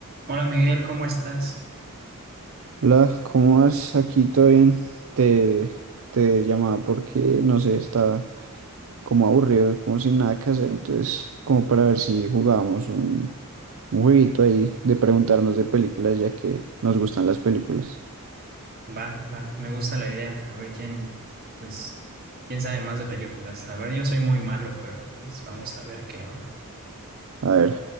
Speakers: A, on the right; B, on the right.
A: Hola Miguel, ¿cómo estás?
B: Hola, ¿cómo vas? Aquí todo bien. Te, te llamaba porque, no sé, estaba como aburrido, como sin nada que hacer. Entonces, como para ver si jugábamos un, un jueguito ahí de preguntarnos de películas, ya que nos gustan las películas.
A: Va, va, me gusta la idea. A ver quién, pues, quién sabe más de películas. A ver, yo soy muy malo, pero pues vamos a ver qué onda.
B: A ver,